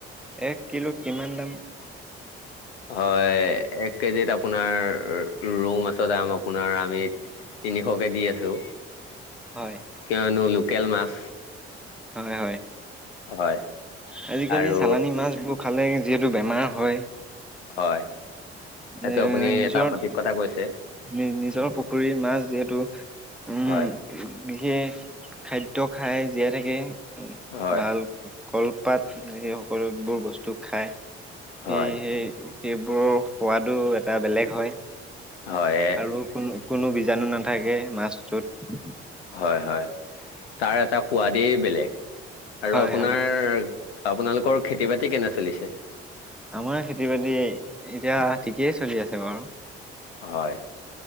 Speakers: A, in the centre; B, on the left.
A: এক কিলোত কিমান দাম।
B: হয় এক কেজিত আপোনাৰ ৰৌমাছৰ দাম আপোনাৰ আমিত তিনিশ কে দি আছো
A: হয়
B: কিয়নো লোকেল মাছ
A: হয় হয়
B: হয়
A: আজিকালি
B: আৰু
A: চালানী মাছ বোৰ খালে যিহেতু বেমাৰ হয়
B: হয়। সেইটো
A: এ
B: আপুনি
A: নিজৰ
B: এটা সঠিক কথা কৈছে
A: নি নিজৰ পুখুৰী মাছ যিহেতু উম
B: হয়
A: বিশেষ খাদ্য খাই জীয়াই থাকে উ
B: হয়
A: ভাল কলপাত এনেকে সকলোবোৰ বস্তু খায়
B: হয়
A: সে সেই সেইবোৰৰ সোৱাদো এটা বেলেগ হয়।
B: হয় এ-
A: আৰু কোনো কোনো বীজাণু নাথাকে মাছটোত
B: হয় হয় তাৰ এটা সোৱাদেই বেলেগ আৰু
A: হয়
B: আপোনাৰ
A: হয়
B: আপোনালোকৰ খেতি বাতি কেনে চলিছে।
A: আমাৰ খেতি বাতি এতিয়া ঠিকেই চলি আছে বাৰু।
B: হয়